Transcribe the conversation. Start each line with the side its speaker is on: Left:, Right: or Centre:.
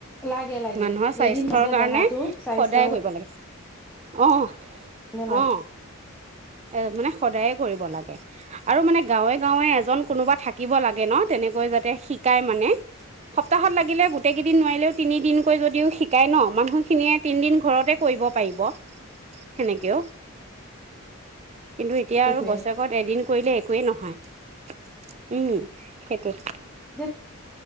Centre: লাগে লাগে
Right: মানুহৰ স্বাস্থ্যৰ
Centre: এদিন মাতে
Right: কাৰণে
Centre: দেহাটো
Right: সদায়
Centre: স্বাস্থ্যৰ
Right: কৰিব লাগে অহ-অহ।
Centre: কাৰণে লাগে
Right: এ মানে সদায়ে কৰিব লাগে আৰু মানে গাঁৱে-গাঁৱে এজন কোনোবা থাকিব লাগে ন তেনেকৈ যাতে শিকাই মানে সপ্তাহত লাগিলে গোটেই কেইদিন নোৱাৰিলেও তিনিদিনকৈ যদিও শিকায় ন মানুহখিনিয়ে তিনিদিন ঘৰতে কৰিব পাৰিব সেনেকেও। কিন্তু এতিয়া
Centre: সেইটোৱে
Right: আৰু বছৰেকত এদিন কৰিলে, একোৱেই নহয় উম সেইটো।
Centre: যেত